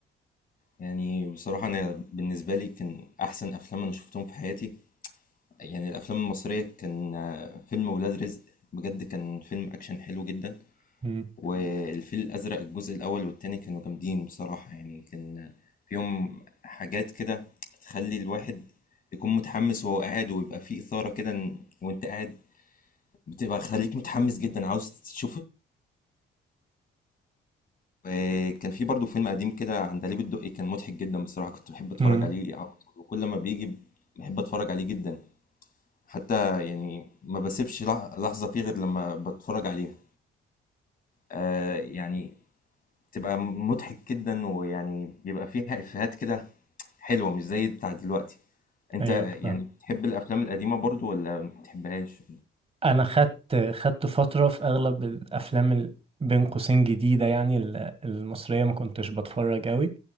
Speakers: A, on the left; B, on the right.
A: يعني بصراحة أنا بالنسبة لي كان أحسن أفلام أنا شفتهم في حياتي يعني الأفلام المصرية كان آه، فيلم ولاد رزق بجد كان فيلم أكشن حلو جدا
B: امم
A: والفيل الأزرق الجزء الأول والتاني كانوا جامدين بصراحة يعني كان فيهم حاجات كده تخلي الواحد يكون متحمس وهو قاعد ويبقى فيه إثارة كده إن- وأنت قاعد بتبقى خليك متحمس جدا عاوز تشوف وكان في برضه فيلم قديم كده عندليب الدقي كان مضحك جدا بصراحة كنت بحب اتفرج
B: امم
A: عليه على طول. وكل ما بيجي بحب اتفرج عليه جدا حتى يعني ما بسيبش لح- لحظة فيه غير لما بتفرج عليها آه يعني تبقى مضحك جدا ويعني بيبقى فيها إفيهات كده حلوة مش زي بتاع دلوقتي انت
B: ايوه فاهم
A: يعني بتحب الافلام القديمة برضو ولا ما بتحبهاش
B: انا خدت خدت فتره في اغلب الافلام ال- بين قوسين جديده يعني ال- المصريه ما كنتش بتفرج قوي